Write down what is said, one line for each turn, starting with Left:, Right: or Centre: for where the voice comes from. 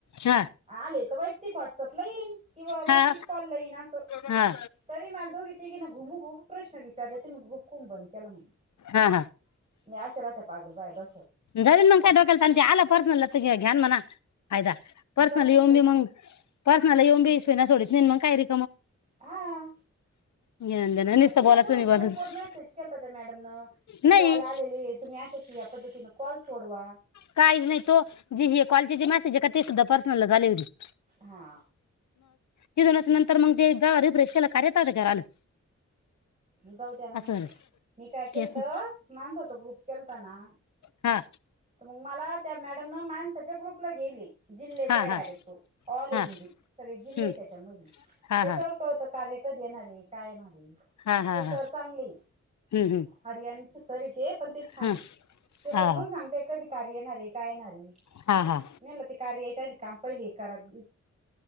Left: हा हा
Right: आले का वैयक्तिक व्हॉट्सअप ला येईन किंवा वैयक्तिक
Left: हा
Right: कॉल ला येईन असं
Left: हा
Right: तरी मला दोघी तिघी ना घुम घूम प्रश्न विचारले तुम्ही ग्रुप कून बंद केला म्हणून,
Left: हा
Right: या अशा राहत्यात. पागल बाया दो
Left: जाऊ दे मग, काय डोक्याला ताण ते आल पर्सनलला त घ्याय घ्यान म्हणा? फायदा पर्सनलला
Right: जा तिकडे
Left: येउंदे मंग पर्सनलला येउनबी इस्वी ना सोडी <unintelligible> कायरी
Right: हा
Left: घेणं नुसतं
Right: तिनं
Left: बोलायचं
Right: कुठं
Left: नाही बोलायचं
Right: ग्रुप वर मेसेज केलता त्या मॅडमनं तं
Left: नाही
Right: कॉल आलेलेये तुम्ही अशे अशे या पद्धतीनं कॉल सोडवा.
Left: काहीच नाही तो जे हे कॉलेजीचे मेसेज आहे का ते सुद्धा पर्सनलला झाले होते
Right: हा
Left: तिनं नंतर मग ते एकदा रिफ्रेश केलं कार्य तवा त्याच्यावर आलं.
Right: जाऊ द्या ना
Left: असं
Right: मग
Left: झालं
Right: मी काय केलतं
Left: तेच ना.
Right: माणसाचा ग्रुप केलता ना
Left: हा
Right: मग मला, त्या मॅडमनं माणसाच्या ग्रुपला घेयले. जिल्ह्याचा
Left: हा
Right: हाय
Left: हा
Right: डायरेक्ट तो ऑल आहे
Left: हा
Right: म्हणजे सगळे जिल्हेय
Left: हम्म,
Right: त्याच्या मधी
Left: हा
Right: त्याच्यावर
Left: हा
Right: कळतं कार्य कधी येणार आहे काय येणार आहे.
Left: हा हा
Right: ते सर
Left: हा
Right: चांगलेय,
Left: हम्म,
Right: हरियाणचे सरये ते पण ते छान
Left: हम्म,
Right: हे ते
Left: हा
Right: समजून
Left: हा
Right: सांगते कधी कार्य येणारे काय नाही म्हणलं
Left: हा हा
Right: ते कार्य यायच्या अधी काम पहिलं येतं कराल